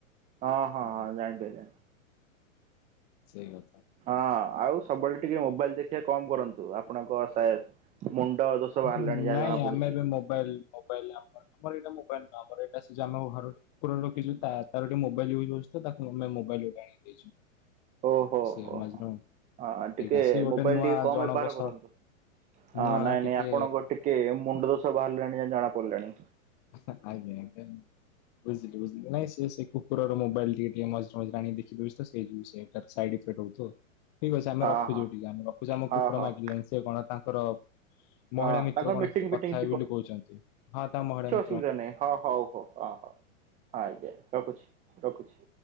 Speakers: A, on the right (about 20°); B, on the left (about 35°).
A: ହଁ ହଁ
B: ହୁଁ,
A: ହଁ ଜାଣିପାଇଲି ଜାଣିପାଇ
B: ସେଇ, ବା
A: ହଁ ଆଉ ସବୁବେଳେ ଟିକେ ମୋବାଇଲ ଦେଖିବା କମ କରନ୍ତୁ। ଆପଣଙ୍କ ସା ମୁଣ୍ଡ ଦୋଷ ବାହାରିଲାଣି
B: ହୁଁ
A: ଯାହା
B: ନାଇଁ
A: ଜଣା ପଡୁଛି
B: ଆମେ ଏବେ ମୋବାଇଲ ମୋବାଇଲ ଆମର ଆମର ଏଟା ମୋବାଇଲ ନୁହଁ। ଆମର ଏଟା ସେ ଯୋଉ, ଘରର କୁକୁର ରଖିଛୁ। ତା, ତାର ଗୋଟେ ମୋାଇଲ ଇଉଜ ହଉଚି ତ, ତାକୁ ଆମେ ମୋବାଇଲ ଗୋଟେ ଆଣି <unintelligible>
A: ଓହୋ
B: ସେ
A: ହୋ
B: ମଜନୁ
A: ହୋ। ହଁ ଟିକେ
B: ଆଜ୍ଞା। ସେ ବି ଗୋଟେ
A: ମୋବାଇଲ
B: ନୂଆ
A: ଟିକେ କମ
B: ଜଣଙ୍କ
A: ବ୍ୟବହାର
B: ସହ
A: କରନ୍ତୁ। ହଁ
B: ନୂଆ
A: ନାଇଁ
B: ଟିକେ
A: ନାଇଁ ଆପଣଙ୍କ ଟିକେ ମୁଣ୍ଡ ଦୋଷ ବାହାରିଲାଣି ଯାହା ଜଣାପଡ଼ିଲାଣି।
B: ଆଜ୍ଞା, ଆଜ୍ଞା। ବୁଝିଲି, ବୁଝିଲି ନାଇଁ ସେ, ସେ କୁକୁରର ମୋବାଇଲ ଟିକେ, ଟିକେ ମଝିରେ ମଝିରେ ଆଣି ବିକି ଦଉଚି ତ, ସେ ଯୋଉ ସେ ସାଇଡ ଇଫେକ୍ଟ ରହୁଥିବ। ଠିକ୍ ଅଛି ଆମେ
A: ହଁ
B: ରଖୁଛୁ
A: ହଁ
B: ଟିକେ ଆମେ ରଖୁଛୁ। ଆମ
A: ହଁ
B: କୁକୁର
A: ହଁ
B: ମାଗିଲେଣି ସିଏ କଣ ତାଙ୍କର ମହିଳା
A: ହଁ
B: ମିତ୍ର
A: ତାଙ୍କର
B: କଣ,
A: ମିଟିଂ
B: ସେ କଥା
A: ଫିଟିଂ
B: ହେବେ ବୋଲି କହୁଛନ୍ତି। ହଁ, ତା ମହିଳା ମି
A: ଶୁଭ ଜନେ, ହଁ ହଉ ହଉ ହଁ ହଉ ହଁ ଆଜ୍ଞା ରଖୁଛି ରଖୁଛି।